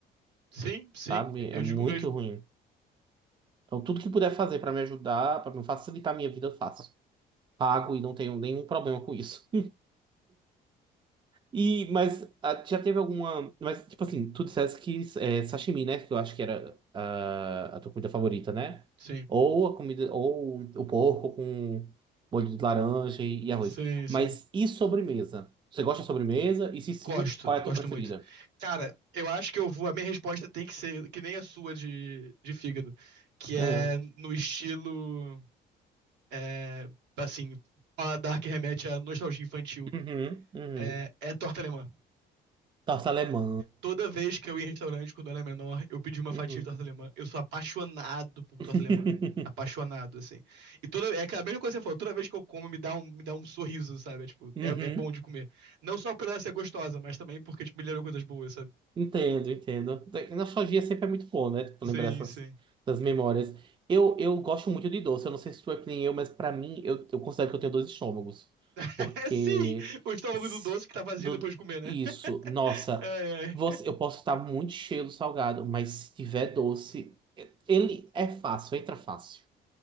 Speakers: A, on the right; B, on the right.
A: Sim, sim,
B: sabe? É
A: eu
B: muito
A: digo mesmo.
B: ruim. Então, tudo que puder fazer para me ajudar, para me facilitar a minha vida, eu faço. Pago e não tenho nenhum problema com isso. E, mas ah, já teve alguma. Mas, tipo assim, tu dissesse que é, sashimi, né? Que eu acho que era ah, a tua comida favorita, né?
A: Sim,
B: Ou a comida. Ou o porco com molho de laranja e, e arroz.
A: sim, sim.
B: Mas e sobremesa? Você gosta de sobremesa? E se sim,
A: Gosto,
B: qual é a
A: gosto
B: tua preferida?
A: muito. Cara, eu acho que eu vou. A minha resposta tem que ser que nem a sua de, de fígado, que é
B: Hum.
A: no estilo, é, assim, paladar que remete à nostalgia infantil.
B: Uhum, uhum.
A: É, é torta alemã.
B: Torta alemã.
A: Toda vez que eu ia em restaurante quando eu era menor, eu pedi uma
B: Uhum.
A: fatia de torta alemã. Eu sou apaixonado por torta
B: <laughs>
A: alemã. Apaixonado, assim. E toda, é aquela mesma coisa que você falou, toda vez que eu como, me dá um, me dá um sorriso, sabe? É, tipo,
B: Uhum.
A: é, é bom de comer. Não só por ela ser gostosa, mas também porque, tipo, me lembra coisas boas, sabe?
B: Entendo, entendo. Da- Nostalgia sempre é muito bom, né? Tipo,
A: Sim,
B: lembrar essas,
A: sim.
B: essas memórias. Eu, eu gosto muito de doce. Eu não sei se tu é que nem eu, mas pra mim, eu, eu considero que eu tenho dois estômagos.
A: <laughs>
B: Porque.
A: Sim! O estômago
B: s-
A: do doce que tá vazio
B: do-
A: depois de comer, né?
B: isso,
A: <laughs>
B: nossa.
A: Ai, ai.
B: Você, eu posso estar muito cheio do salgado, mas se tiver doce, ele é fácil, entra fácil.